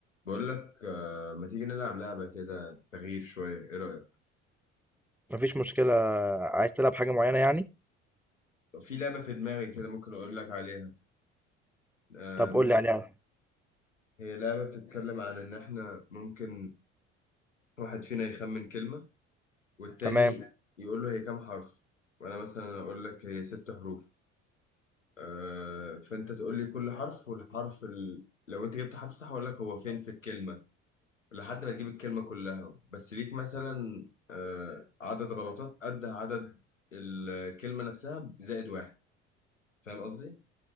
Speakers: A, on the left; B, in the centre.
A: بقول لك آه، ما تيجي نلعب لعبة كده تغيير شوية ايه رأيك
B: مفيش مشكلة عايز تلعب حاجة معينة يعني
A: في لعبة في دماغي كده ممكن اقول لك عليها آه،
B: طب
A: ممكن
B: قول لي عليها
A: هي لعبة بتتكلم عن ان احنا ممكن واحد فينا يخمن كلمة والتاني
B: تمام
A: يقول له هي كام حرف وانا مثلا اقول لك هي ست حروف آه، فانت تقول لي كل حرف والحرف ال... لو انت جبت حرف صح اقول لك هو فين في الكلمة لحد ما تجيب الكلمة كلها بس ليك مثلا آه، عدد غلطات قد عدد الكلمة نفسها زائد واحد فاهم قصدي؟